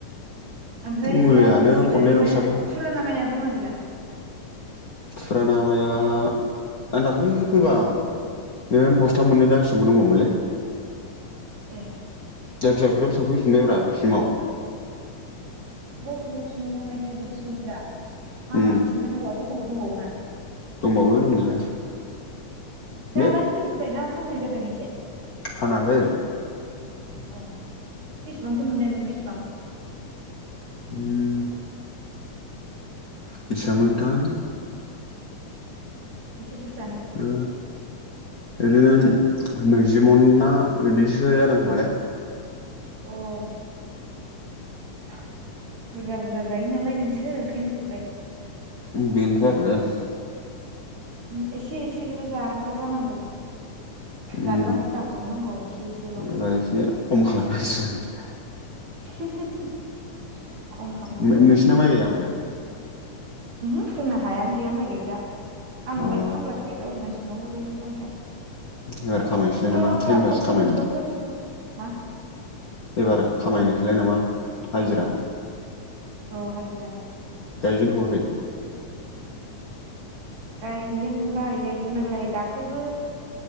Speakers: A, on the right; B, on the left.
A: ओमफ्राय
B: मुलियानो
A: दा दंना गैलालै
B: खननैल'सो
A: माइआ
B: जादों
A: फुराना माइआ दंना गैला?
B: फुराना माया आं दाख्लै फैबा <unintelligible> बस्था मोननैना बेसांबा दंबावमोनलै
A: ए
B: जायखिजया ग्रोब सौफैफिनबायब्रा बिसिमाव
A: सफैफिननो माने जोबसिगोनसो दा? हा
B: उम
A: फिननांगौ थ गोबाव दंबावोना
B: दंबावो दंनायालाय
A: जानानै
B: बे
A: जोबजोबबाना फाननाय जा <unintelligible>
B: फानाखै
A: अ बेसेबांथो मोननायमोन बेसेबां
B: ओम बेसांमोनथाय
A: इसे बुरजा
B: ओ इदिनो नैजि मन ना इदिसो जादों खोमालै
A: अ ओम बुरजा बुरजा जायो नालाय नोंसोर ओंखायनो जोबबाय
B: बिनोथ आरो <unintelligible>
A: ओम एसे एसेल जाग्रा जानांगौ जाग्रा
B: ओम
A: हुदा खालामनांगौ एसे एसेल'
B: एबार एसे खम खालामनांसिगोन <inaudible>
A: <unintelligible> खालामनांगौ
B: ओमफायनोंसिना माइ गाया ओमफाय
A: ओहो जोंना हायानो गैया माइ गायग्रा आंलाय
B: अ
A: खामलासो गायला बायो मानसि <unintelligible> टाइम पास
B: एबार खामायनोसैलाय
A: <unintelligible>
B: नामा टाइम पास
A: बोथोर
B: खामायनानै
A: बोथोर सफै मा
B: एबार खामायनोसैलाय नामा हाजिरा
A: अ हाजिरा
B: गाइजेन थआखै
A: गायजेेनबाय गायजेननायालाय दाख्लैबो